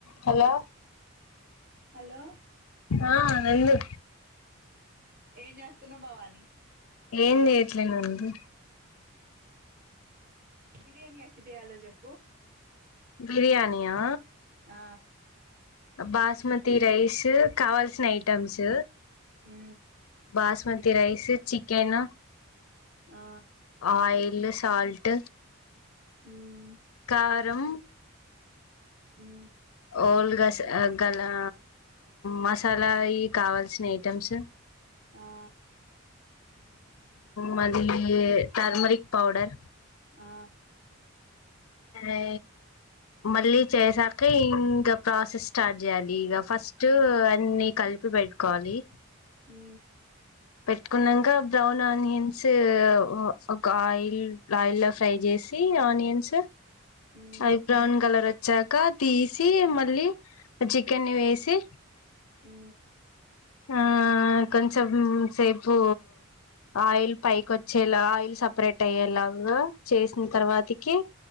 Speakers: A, on the left; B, on the right.
A: Hello
B: hello
A: ఆ ఉండు
B: ఏం చేస్తున్నావ్ భవాని
A: ఏం చేయట్లేదు అండి
B: బిర్యానీ ఎట్టా చేయాలో చెప్పు
A: బిర్యానీయ
B: ఆ
A: బాస్మతి రైస్ కావాల్సిన ఐటమ్స్
B: హు
A: బాస్మతి రైస్ చికెన్
B: ఆ
A: ఆయిల్ సాల్ట్
B: మ్మ్
A: కారం
B: హు
A: ఓల్ రస్ ఆ గలా మసాలా ఈ కావాల్సిన ఐటెమ్స్
B: ఆ
A: మళ్ళీ టర్మరిక్ పౌడర్
B: ఆ
A: అ మళ్ళీ చేసాకా ఇంకా ప్రాసెస్ స్టార్ట్ చేయాలి ఇక ఫస్ట్ అన్ని కలిపి పెట్టుకోవాలి.
B: ఉ
A: పెట్టుకున్నంక బ్రౌన్ ఆనియన్స్ ఒక ఆయిల్ ఆయిల్ లో ఫ్రై చేసి ఆనియన్స్
B: మ్మ్
A: అవి బ్రౌన్ కలర్ వ చ్చాక తీసి మళ్ళీ చికెన్ వేసి
B: హు
A: ఆ కొంచెం సేపు ఆయిల్ పైకి వచ్చేలా ఆయిల్ సపరేట్ అయ్యేలాగా చేసిన తర్వాతకి